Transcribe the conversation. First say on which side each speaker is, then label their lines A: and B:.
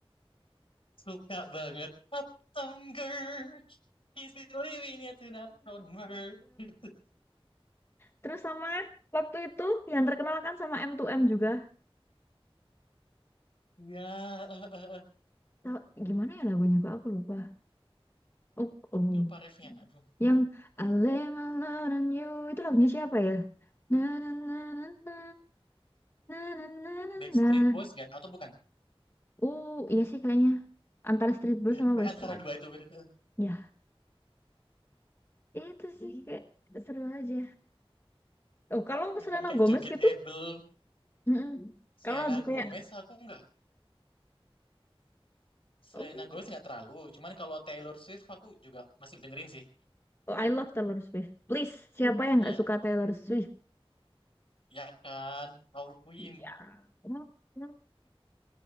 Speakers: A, on the left; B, on the left.
A: Suka banget. Uptown Girl. He's been living it in an Uptown Girl. <laughs>
B: Terus sama waktu itu yang terkenal kan sama M2M juga.
A: Ya, eh, eh, eh.
B: Tau- Gimana ya lagunya kok aku lupa. Oh, oh.
A: Tapi lupa refnya. Aduh.
B: Yang I lay my love on you itu lagunya siapa ya? Na na na na na na na na
A: Backstreet
B: na na.
A: Boys nggak? Atau bukan?
B: Uh, iya sih kayaknya antara Street Blues
A: Ya,
B: sama
A: kayak
B: Westlife.
A: antara dua itu. bener.
B: Ya, itu sih kayak seru aja. Oh, kalau
A: Eh,
B: Selena
A: Kan kayak
B: Gomez
A: Joget
B: gitu,
A: Abel,
B: mm-mm.
A: Selena
B: Kalau lagu kayak
A: Gomez, aku nggak. Selena
B: oh,
A: Gomez nggak terlalu, cuman kalau Taylor Swift aku juga masih dengerin sih.
B: oh, I love Taylor Swift. Please, siapa yang
A: Ya,
B: nggak suka Taylor Swift?
A: ya kan, Our Queen.
B: Iya. <laughs>